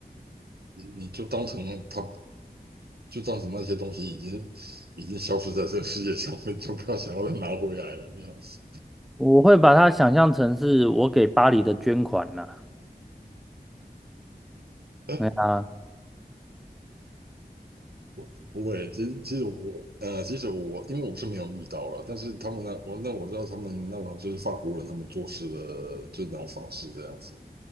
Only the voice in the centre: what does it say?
我会把它想象成是我给巴黎的捐款呐、
对啊，